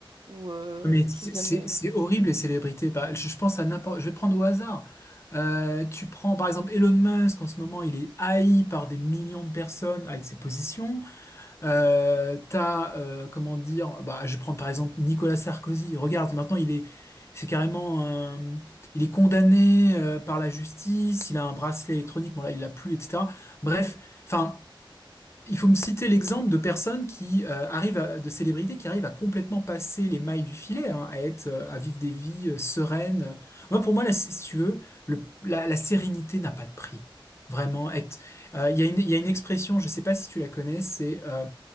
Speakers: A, on the right; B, on the left.
A: ou, euh,
B: Mais
A: ou
B: c'est
A: qui se donnent...
B: c'est-
A: euh,
B: c'est horrible les célébrités. Par- Je, je pense à n'importe. Je vais prendre au hasard. Euh, tu prends par exemple Elon Musk. En ce moment, il est haï par des millions de personnes avec ses positions. Euh, t'as euh, comment dire? Bah, je prends par exemple Nicolas Sarkozy. Regarde, maintenant il est, c'est carrément, un- il est condamné euh, par la justice. Il a un bracelet électronique. Bon là, il l'a plus, etc. Bref, enfin. Il faut me citer l'exemple de personnes qui euh, arrivent à- de célébrités qui arrivent à complètement passer les mailles du filet, hein, à être, euh, à vivre des vies euh, sereines. Moi, pour moi, là, si si tu veux, le- la, la sérénité n'a pas de prix. Vraiment, être. euh, Il y a une, il y a une expression, je ne sais pas si tu la connais, c'est euh,